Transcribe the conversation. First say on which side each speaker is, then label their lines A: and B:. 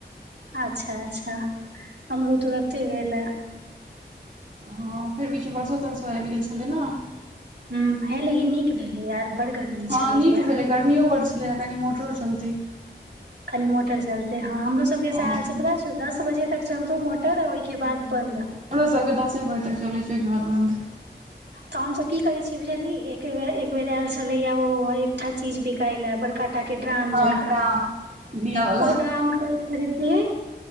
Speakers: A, on the right; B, on the right.
A: अच्छ अच्छ हमरो तुरते भेला
B: हँ फेर बिीछ बरसो तरसो आ भी गेल छलै ने <unintelligible>
A: ह हे लेकिन नीक भेलै यार बड़ गर्मी
B: हँ
A: छलैया
B: नीक भेलै गर्मियो बढ़ छलै कनि मोटरो चलतै
A: कनी मोटर चलते हँ हमरो सबके
B: ओ
A: सैहै हाल
B: हमरो
A: छै पता दस बजे तक चलतौ मोटर आ ओहिके बाद बन्द ह
B: हमरो सभके दसे बज तक चलय छै ओहिके बाद बन्द
A: तऽ हमसभ की करय छियै से बुझलिहि एके बेर एक बेर आयल छलैया ओ एकटा चीज बिकायला पर काटाक ड्राम
B: हँ
A: जकाँ
B: ड्राम दियावला
A: ओ ड्राम के खरीदल